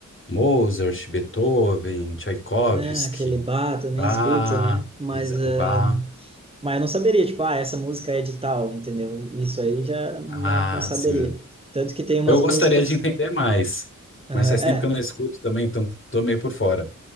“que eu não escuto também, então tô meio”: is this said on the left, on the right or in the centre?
Left